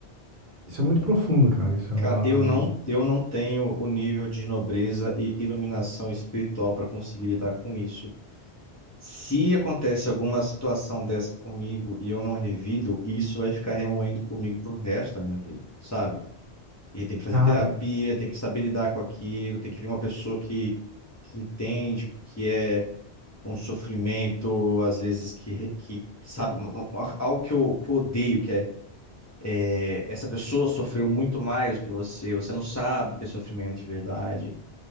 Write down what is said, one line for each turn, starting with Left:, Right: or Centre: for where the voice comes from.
Right: Isso é muito profundo, cara. Isso é
Left: Cara,
Right: uma,
Left: eu
Right: uma...
Left: não, eu não tenho o nível de nobreza e iluminação espiritual para conseguir lidar com isso. Se acontece alguma situação dessa comigo e eu não revido, isso vai ficar remoendo comigo pro resto da minha vida, sabe? E tem que fazer
Right: Cara,
Left: terapia, tem que saber lidar com aquilo, tem que vir uma pessoa que, que entende o que é um sofrimento, às vezes que, que sabe, um- um- algo que eu, que eu odeio, é, essa pessoa sofreu muito mais do que você, você não sabe o que é sofrimento de verdade.